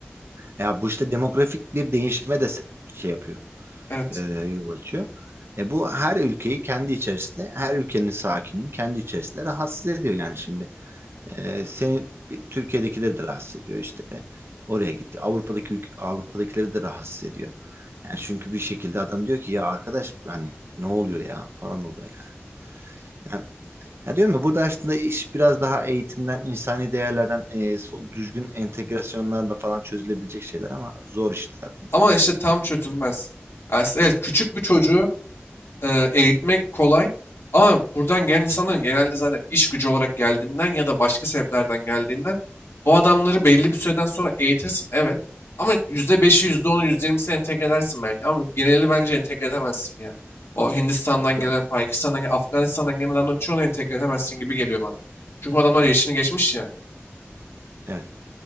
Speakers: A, on the right; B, on the left.
A: Ya bu işte demografik bir değişime de se- şey yapıyor,
B: Evet.
A: e, yol açıyor. E bu her ülkeyi kendi içerisinde, her ülkenin sakinini kendi içerisinde rahatsız ediyor yani şimdi. Ee, seni bir- Türkiye'dekileri de rahatsız ediyor işte. Oraya gitti. Avrupa'daki ülk- Avrupa'dakileri de rahatsız ediyor. Yani çünkü bir şekilde adam diyor ki ya arkadaş hani ne oluyor ya falan oluyor yani. Yani ya diyorum ya burada aslında iş biraz daha eğitimden, insani değerlerden, e, so- düzgün entegrasyonlarla falan çözülebilecek şeyler ama zor işler bunlar.
B: Ama işte tam çözülmez. Yani evet küçük bir çocuğu e, eğitmek kolay. Ama buradan gelen insanların genelde zaten iş gücü olarak geldiğinden ya da başka sebeplerden geldiğinden bu adamları belli bir süreden sonra eğitirsin evet. Ama yüzde yüzde beşi yüzde onu yüzde %20'sini entegre edersin belki. Ama geneli bence entegre edemezsin ya. O Hindistan'dan
A: Yok.
B: gelen, Pakistan'dan gelen, Afganistan'dan gelen adamların çoğunu entegre edemezsin gibi geliyor bana. Çünkü
A: Hı
B: bu adamlar
A: hı.
B: yaşını geçmiş ya.
A: Evet.